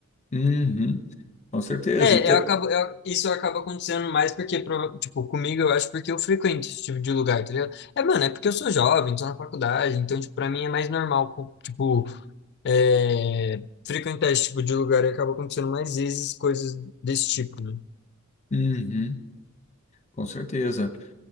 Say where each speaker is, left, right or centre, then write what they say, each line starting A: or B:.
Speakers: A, on the left; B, on the left.
A: Uhum, com certeza.
B: É,
A: Então,
B: eu acabo, eu- isso acaba acontecendo mais porque, prova- tipo, comigo eu acho porque eu frequento esse tipo de lugar, tá ligado? É, mano, é porque eu sou jovem, tô na faculdade, então, tipo, pra mim é mais normal, co- tipo, é, frequentar esse tipo de lugar e acaba acontecendo mais vezes coisas desse tipo, né?
A: uhum, com certeza.